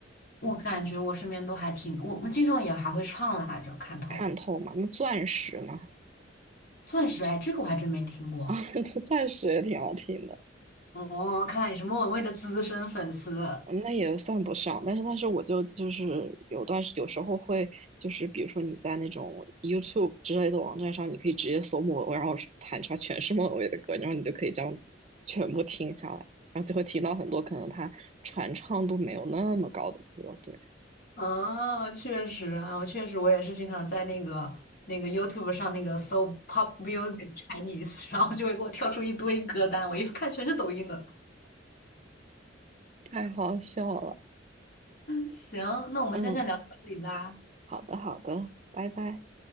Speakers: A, on the left (about 55°); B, on the right (about 35°).
A: 我感觉我身边都还挺，我们经常也还会唱来着，看透
B: 看透嘛，那钻石呢？
A: 钻石，哎，这个我还真没听过。
B: 啊，<laughs> 钻石也挺好听的，
A: 哦，看来你是莫文蔚的资深粉丝。
B: 嗯那也算不上。但是，但是我就就是有段时有时候会就是比如说你在那种 YouTube 之类的网站上，你可以直接搜莫文蔚，然后弹出来全是莫文蔚的歌，然后你就可以这样全部听下来，然后就会听到很多可能他传唱度没有那么高的歌。对，
A: 哦，确实啊，我确实我也是经常在那个那个 YouTube 上那个搜 Pop Music Chinese，然后就会给我跳出一堆歌单，我一看全是抖音的。
B: 太好笑了。
A: 行，那我们今天先聊到这里吧，
B: 嗯，好的，好的，拜拜。